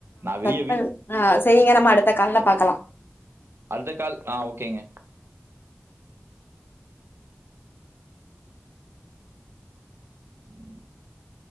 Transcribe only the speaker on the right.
நான் வெளிய
அடுத்த கால் ஆ ஓகேங்க உம் <inaudible>